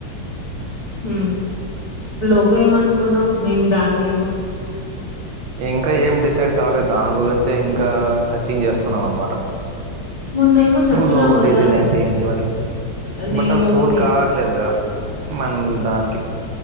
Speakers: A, on the left; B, on the right.
A: హ్మ్ లోగో ఏమనుకున్నావు నేమ్ బ్రాండ్ నేమ్
B: ఇంకా ఏం డిసైడ్ కాలే దాని గురించి ఇంకా సర్చింగ్ చేస్తున్నాం అన్నమాట
A: మొన్నేమో చెప్పినావు
B: లోగో
A: కదా
B: డిజైన్ అంటే ఏంటిఅని
A: నేము
B: బట్ అవి సూట్
A: ఏది
B: కావట్లేదుగా మన దానికి.